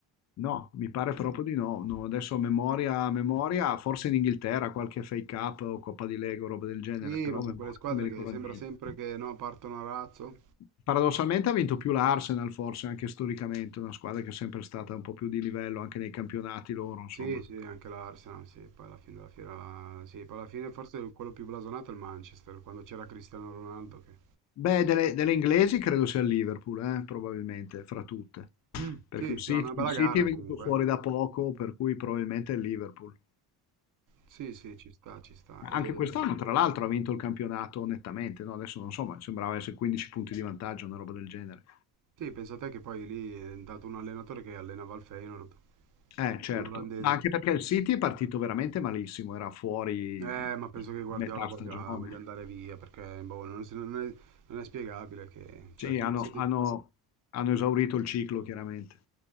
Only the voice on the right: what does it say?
Sì,
ma
sono
quelle squadre
che sembra
sempre che no, partono a razzo.
Sì, sì, anche l'Arsenal, sì, poi alla fine della fiera, sì, poi alla fine forse quello più blasonato è il Manchester, quando c'era Cristiano Ronaldo che...
Mm,
sì,
si fanno una bella
gara
comunque.
Sì, sì, ci sta, ci sta. E
sì, pensate che poi lì è andato un allenatore che allenava il Feyenoord,
un olandese.
Eh, ma penso che Guardiola
voglia,
voglia andare via perché boh, non, si- non è, non è spiegabile che,
cioè, sono
passati.